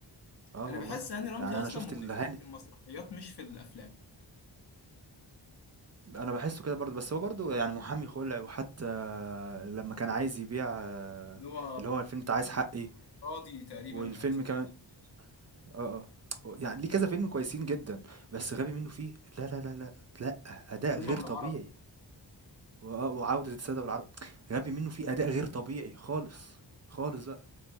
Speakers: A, on the right; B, on the left.
A: آه
B: انا
A: والله،
B: بحس هاني رمزي
A: يعني
B: اصلا
A: أنا شُفت
B: مميز
A: الهاني
B: في المسرحيات مش في الافلام
A: أنا باحسّه كده برضه، بس هو برضه يعني محامي خُلع، وحتى لمّا كان عايز يبيع آه،
B: اللي هو
A: اللي هو الفيلم بتاع عايز حقّي،
B: راضي تقريبا
A: والفيلم
B: او اسمه
A: كمان آه، آه، هو يعني ليه كذا فيلم كويسين جدًا، بس غبي منه فيه لا، لا، لا، لأ، لأ، أداء
B: فيلم
A: غير
B: ابو العربي
A: طبيعي، وآه وعودة السادة والعرب، غبي منه فيه أداء غير طبيعي خالص، خالص بقى،